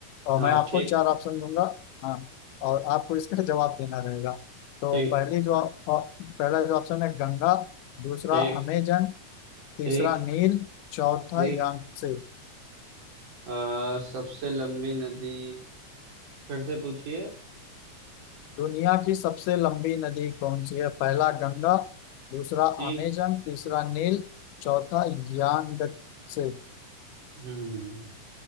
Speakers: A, on the left; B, on the right.
A: और
B: हाँ
A: मैं आपको
B: ठीक
A: चार ऑप्शन दूंगा हाँ और आपको इसका जवाब देना रहेगा तो
B: ठीक
A: पहली जो अ, पहला जो ऑप्शन है गंगा दूसरा
B: ठीक
A: अमेजन तीसरा
B: ठीक
A: नील चौथा
B: ठीक
A: यांगसे
B: अ, सबसे लंबी नदी फिर से पूछिए
A: दुनिया की सबसे लंबी नदी कौन सी है पहला गंगा दूसरा
B: ठीक
A: अमेजन तीसरा नील चौथा यांगसे
B: हम्म